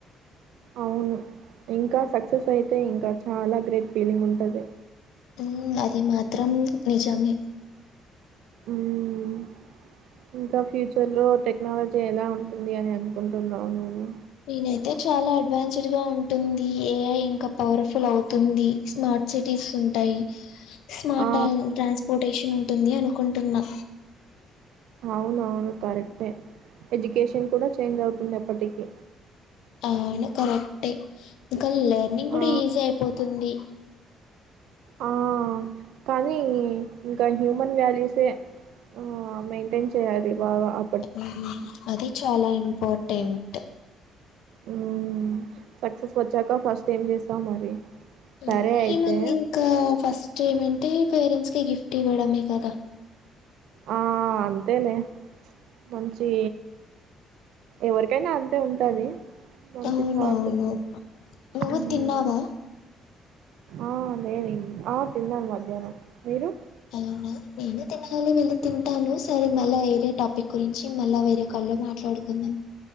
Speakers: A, on the right (about 75°); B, on the left (about 80°).
A: అవును ఇంకా సక్సెస్ అయితే ఇంక చాలా గ్రేట్ ఫీలింగ్ ఉంటది
B: ఉమ్ అది మాత్రం నిజమే
A: ఊమ్ ఇంక ఫ్యూచర్లో టెక్నాలజీ ఎలా ఉంటుంది అని అనుకుంటున్నావు నువ్వు
B: నేనైతే చాలా అడ్వాన్స్డ్గా ఉంటుంది ఏఐ ఇంకా పవర్ఫుల్ అవుతుంది స్మార్ట్ స్మార్ట్ సిటీస్ ఉంటాయి స్మార్ట
A: ఆ
B: ట్రాన్స్పోర్టేషన్ ఉంటుంది అనుకుంటున్నా
A: అవునవును కరెక్టే ఎడ్యుకేషన్ కుడా చేంజ్ అవుతుందెపటికి
B: ఔను కరెక్టే ఇంక లర్నింగ్ కుడా
A: ఆ
B: ఈజీ అయిపోతుంది
A: ఆ కానీ ఇంకా హ్యూమన్ వాల్యూసె ఆ మెయింటెన్ చేయాలి బాగా అ
B: హుమ్ ఆది చాలా ఇంపార్టెంట్
A: ఉమ్మ్ సక్సెస్ వచ్చాక ఫస్ట్ ఏం చేస్తావు మరి
B: ఉమ్
A: సరే అయితే
B: ఏముంది ఇంకా ఫస్ట్ ఏమంటే పేరెంట్స్‌కి గిఫ్ట్ ఇవ్వడమే కదా
A: ఆ అంతేలే మంచి ఎవరికైనా అంతే ఉంటది మంచి
B: అవునవును
A: థాట్
B: నువ్వు
A: ఉమ్మ్
B: తిన్నావా
A: ఆ లేదిం ఆ తిన్నాను మధ్యాహ్నం మీరు
B: అలోనే నేను తినలి వెళ్ళి తింటాను సరే మళ్ళా వేరే టాపిక్ గురించి మళ్ళా వేరే కాల్లో మాట్లాడుకుందాం